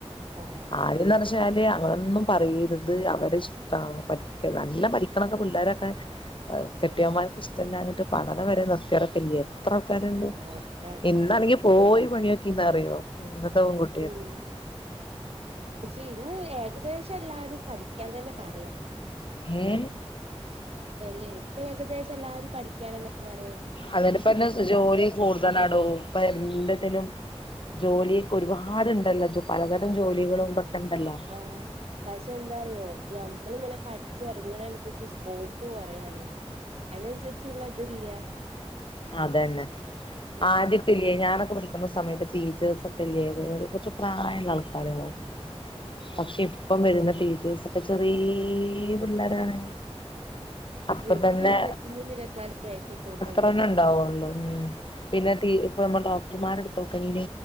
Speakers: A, on the right (about 65°); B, on the left (about 50°).
A: ആഹ്
B: ആ ന്നാല് അവരൊന്നും പറയരുത് അവരഷ്ടാണ് പഠിക്കൽ നല്ല പഠിക്കണൊക്കെ പിള്ളേരൊക്കെ - കെട്ടിയൊൻമാർക്കിഷ്ടല്ല്യഞിട്ടു പഠനം വരെ നിർത്തിയവരൊക്കെല്ലിയെ എത്രാൾക്കാര്ണ്ട്
A: ആഹ് എത്ര ആൾക്കാര്ണ്ട്
B: ഇന്നാണെങ്കി പോയി പണിയോക്കീന്ന് പറയും ഇന്നത്തെ പെണ്കു-
A: ഉം പക്ഷെ ഇന്ന് ഏകദേശം എല്ലാരും പഠിക്കാൻ തന്നെ പറയാ
B: ഏഹ്
A: അല്ലേ ഇപ്പ ഏകദേശം എല്ലാരും പഠിക്കാനന്നെ പറയേ
B: അതിന്റപ്പന്നെ ജോലി കൂടുതനാടോ ഇപ്പ എല്ലാത്തിലും ജോലിയൊക്കെ ഒരുപാടുണ്ടല്ലോ പലതരം ജോലികളും ഇതൊക്കണ്ടല്ലൊ
A: ആഹ് പക്ഷെ എന്താറിയോ ഞമ്മളി പക്ഷേന്താറിയോ ഞമ്മളിങ്ങനെ പഠിച്ചിറങ്ങണനുസരിച്ച് സ്കോപ്പ് കുറയാണേ. അയിനനുസരിച്ച്ള്ളതില്യാ
B: അതെന്നെ
A: ഉം
B: ആദ്യക്കെല്ല്യെ ഞാനൊക്കെ പഠിക്കുന്ന സമയത്ത് ടീച്ചേഴ്സൊ- ത് ല്ല്യേ വേറെകുച്ച് പ്രായള്ള ആൾക്കാരാവും പക്ഷെ
A: ആഹ്
B: ഇപ്പം വരുന്ന ടീച്ചേഴ്സ- പ്പൊ ചെറീയ പിള്ളേരാണ് അപ്പൊ
A: ജസ്റ്റ്
B: തന്നെ
A: ഇരുപത്തിമൂന്ന് ഇരുവത്തിനാല് വയസ്സൊക്കൊള്ളുവര്
B: പ്പ ന്നെ ഉണ്ടാവുള്ളോ ഉം പിന്നെ തീ ഇപ്പ ള്ള ഡോക്ടർമാരെടുത്തോക്കീനി